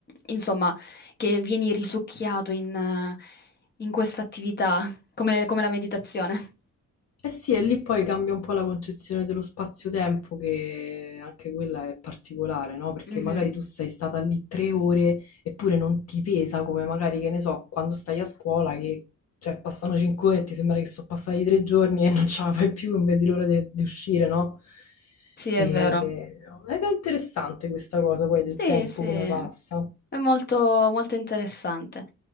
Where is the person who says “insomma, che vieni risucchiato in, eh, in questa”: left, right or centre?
Left